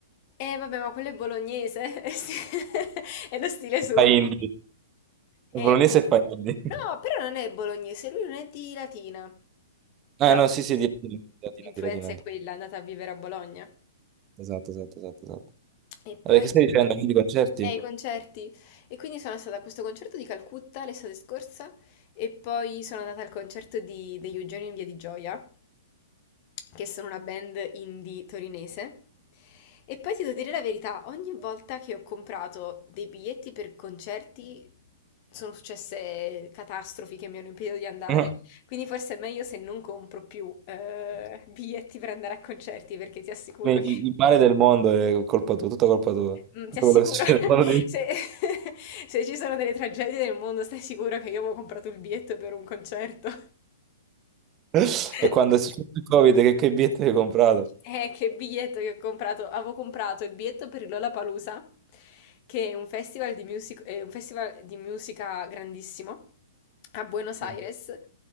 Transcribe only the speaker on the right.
Fa indie.
Il Bolognese fa indie.
<laughs>
Ah,
no,
sì, sì, di Latina, di
Latina, di Latina.
di-
Esatto, esatto, esatto, esatto.
Vabbè,
che stai dicendo? Quindi concerti?
<laughs>
Il,
il male del mondo è colpa tua, tutta colpa tua.
Tutto
quello che succede
nel mondo di-
<laughs>
E quando è successo il Covid, che, che biglietti hai comprato?
Mm.